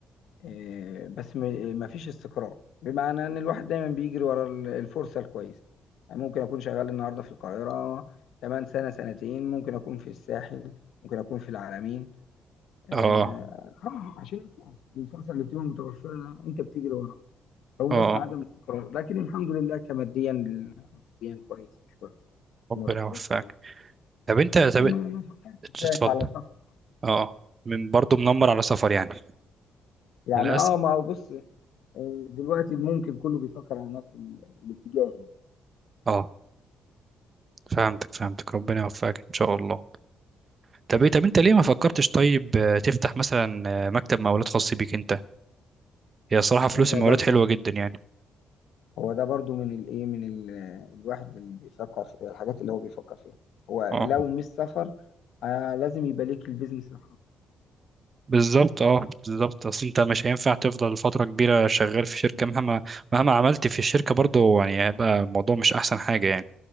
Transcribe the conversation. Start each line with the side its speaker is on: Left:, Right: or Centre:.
Left: آه، بس م- مفيش استقرار بمعنى إن الواحد دايما بيجري ورا ال- الفرصة الكويسة يعني ممكن أكون شغال النهاردة في القاهرة كمان سنة سنتين ممكن أكون في الساحل ممكن أكون في العلمين آه،
Right: اه اه
Left: طبعا عشان الفرص الفرصة اللي بتبقى متوفرة أنت بتجري وراها هو
Right: اه
Left: بس
Right: آه،
Left: عدم استقرار لكن الحمد لله كماديا ماديا كويس
Right: ربنا
Left: مرتبات
Right: يوفقك
Left: كويسة
Right: طب انت
Left: بس
Right: طب
Left: ما ما فكرتش
Right: اتفضل
Left: زيك على سفر
Right: اه من برضه منمر على سفر يعني
Left: يعني
Right: للأسف
Left: اه ما هو بص آه، دلوقتي ممكن كله بيفكر على نفس ال- الاتجاه يعني
Right: اه فهمتك فهمتك ربنا يوفقك ان شاء الله طب ايه طب انت ليه ما فكرتش طيب آه، تفتح مثلا آه، مكتب مقاولات خاص بيك انت هي صراحة
Left: هو
Right: فلوس
Left: ده
Right: المقاولات
Left: برضه
Right: حلوة جدا يعني
Left: هو ده برضه من الايه من ال- الواحد اللي بيفكر في الحاجات اللي هو بيفكر فيها هو
Right: اه
Left: لو مش سفر آه لازم يبقى ليك البيزنس الخاص
Right: بالظبط اه بالظبط اصل انت مش هينفع تفضل فتره كبيره شغال في شركه مهما مهما عملت في الشركه برضه يعني هيبقى الموضوع مش احسن حاجه يعني